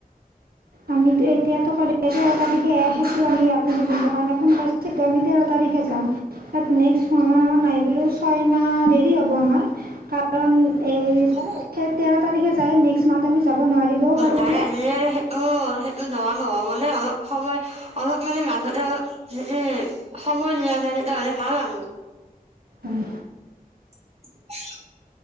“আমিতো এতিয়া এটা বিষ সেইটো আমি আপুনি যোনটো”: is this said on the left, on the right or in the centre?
Right